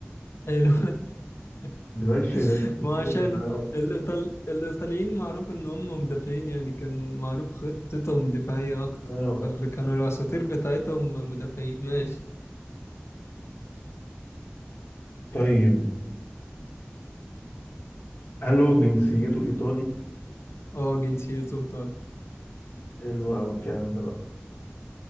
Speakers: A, on the left; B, on the left.
A: حلو <laughs>
B: ده ماشي ده
A: ما هو
B: كده
A: عشان
B: بالحلاوة
A: الإيطال... الإيطاليين معروف إن هم مدافعين يعني كان معروف خطتهم دفاعية أكتر
B: آه.
A: فاللي كانوا الأساطير بتاعتهم مدافعين ماشي
B: طيب هل هو جنسيته إيطالي؟
A: اه جنسيته إيطالي
B: حلو أوي الكلام ده بقى